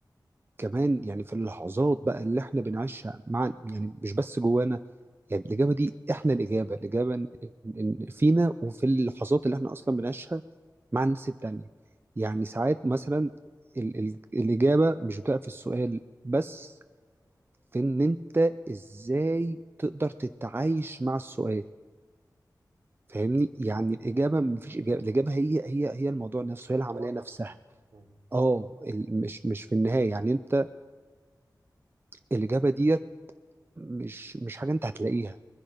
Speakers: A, on the right (about 30°); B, on the right (about 70°).
A: كمان يعني في اللحظات بقى اللي احنا بنعيشها مع يعني مش بس جوانا يعني الإجابة دي احنا الإجابة الإجابة إن إن- إن فينا وفي اللحظات اللي احنا أصلا بنعيشها مع الناس التانية يعني ساعات مثلا ال ال الإجابة مش بتبقى في السؤال بس في ان انت ازاي تقدر تتعايش مع السؤال فاهمني يعني الاجابه مفيش اجابه الاجابه هي هي هي الموضوع نفسه
B: هي
A: هي العمليه
B: الحوار
A: نفسها
B: نفسه مم.
A: اه ال- مش مش في النهايه يعني انت الاجابه ديت مش مش حاجه انت هتلاقيها